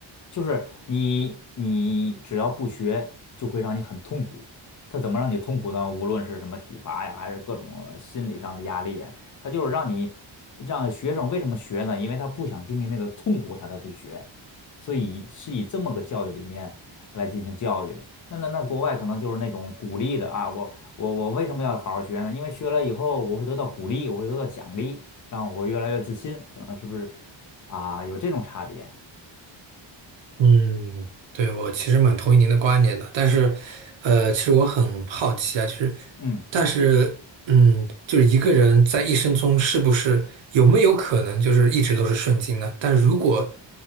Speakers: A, on the left; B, on the right.
A: 就是你你只要不学，就会让你很痛苦。他怎么让你痛苦呢？无论是什么体罚呀，还是各种心理上的压力啊，它就是让你让学生为什么学呢？因为他不想经历那个痛苦，他才去学。所以是以这么个教育理念来进行教育的。那那那国外可能就是那种鼓励的啊，我我我为什么要好好学呢？因为学了以后我会得到鼓励，我会得到奖励，让我会越来越自信，可能是不是啊？有这种差别？
B: 嗯，对，我其实蛮同意您的观点的，但是，呃，其实我很好奇啊，就是，
A: 嗯
B: 但是，嗯，就是一个人在一生中是不是有没有可能就是一直都是顺境呢？但是如果，